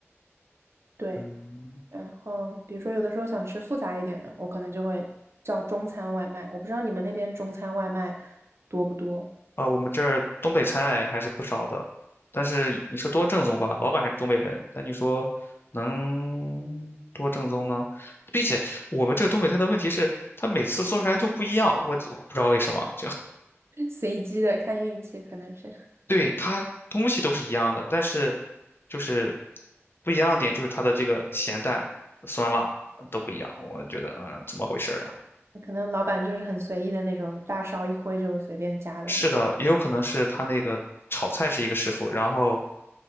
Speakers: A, on the right; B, on the left.
A: 对，
B: 嗯。
A: 然后比如说有的时候想吃复杂一点的，我可能就会叫中餐外卖。我不知道你们那边中餐外卖多不多，
B: 啊，我们这儿东北菜还是不少的，但是你说多正宗吧，老板是东北人，但你说能多正宗呢？并且我们这个东北菜的问题是，它每次做出来都不一样，我我不知道为什么，就 <laughs>
A: <laughs> 随机的看运气，可能是，
B: 对它东西都是一样的，但是就是不一样的点就是它的这个咸淡、酸辣都不一样，我觉得嗯，怎么回事儿啊？
A: <laughs> 可能老板就是很随意的那种，大勺一挥就随便加的那种。
B: 是的，也有可能是他那个炒菜是一个师傅，然后